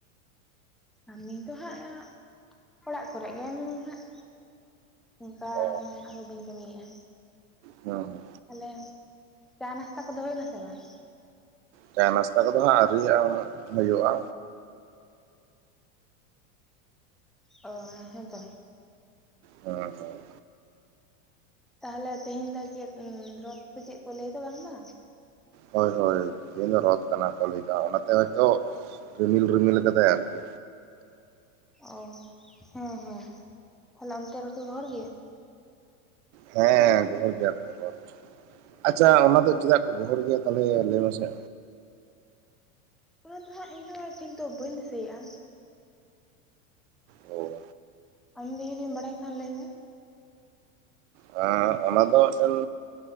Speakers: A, in the centre; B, on the right.
A: ᱠᱟᱹᱢᱤ ᱫᱚ ᱦᱟᱸᱜ ᱚᱲᱟᱜ ᱠᱚᱨᱮ ᱜᱮ ᱦᱟᱸᱜ ᱚᱱᱠᱟᱱᱟᱜ
B: ᱚ
A: ᱫᱚ ᱵᱟᱹᱧ ᱠᱟᱹᱢᱤᱭᱮᱜ-ᱟ
B: ᱦᱮᱸ ᱦᱮᱸ
A: ᱛᱟᱦᱞᱮ ᱪᱟ ᱱᱟᱥᱛᱟ ᱠᱚᱫᱚ ᱦᱩᱭ ᱱᱟᱥᱮ ᱵᱟᱝ
B: ᱪᱟᱭ ᱱᱟᱥᱛᱟ ᱠᱚᱫᱚ ᱦᱟᱸᱜ ᱟᱹᱣᱤᱭᱟ ᱦᱩᱭᱩᱜ-ᱟ
A: ᱚ ᱦᱮᱸᱛᱚ
B: ᱦᱩᱸ ᱦᱩᱸ
A: ᱛᱟᱦᱞᱮ ᱛᱮᱦᱮᱧ ᱫᱚ ᱪᱮᱫ ᱨᱚᱛ ᱥᱮ ᱪᱮᱫ ᱠᱚ ᱞᱟᱹᱭ ᱫᱚ ᱵᱟᱝ ᱢᱟ
B: ᱦᱳᱭ ᱦᱳᱭ ᱛᱮᱦᱮᱧ ᱫᱚ ᱨᱚᱛ ᱠᱟᱱᱟ ᱠᱚ ᱞᱟᱹᱭᱫᱟ ᱚᱱᱟᱛᱮ ᱦᱳᱭᱛᱚ ᱨᱤᱢᱤᱞ ᱨᱤᱢᱤᱞ ᱠᱟᱫᱟᱭ ᱟᱨᱠᱤ
A: ᱚ ᱦᱮᱸ ᱦᱮᱸ ᱛᱟᱦᱚᱞᱮ ᱚᱱᱛᱮ ᱫᱚᱠᱚ ᱜᱚᱦᱚᱲ ᱜᱮᱭᱟ
B: ᱦᱮᱸ ᱜᱚᱦᱚᱲ ᱜᱮᱭᱟ ᱠᱚ ᱨᱚᱛ, ᱟᱪᱪᱷᱟ ᱚᱱᱟ ᱫᱚ ᱪᱮᱫᱟᱜ ᱠᱚ ᱜᱚᱦᱚᱲ ᱜᱮᱭᱟ ᱛᱟᱦᱚᱞᱮ ᱞᱟᱹᱭ ᱢᱮ ᱥᱮ
A: ᱚᱱᱟ ᱫᱚ ᱦᱟᱸᱜ ᱤᱧᱦᱚᱸ ᱴᱷᱤᱠ ᱫᱚ ᱵᱟᱹᱧ ᱫᱤᱥᱟᱹᱭᱮᱜ-ᱟ
B: ᱚ
A: ᱟᱢᱜᱮ ᱡᱩᱫᱤᱢ ᱵᱟᱲᱟᱭ ᱠᱷᱟᱱ ᱞᱟᱹᱭ ᱢᱮ
B: ᱦᱮᱸ ᱚᱱᱟ ᱫᱚ ᱢᱤᱫᱴᱮᱱ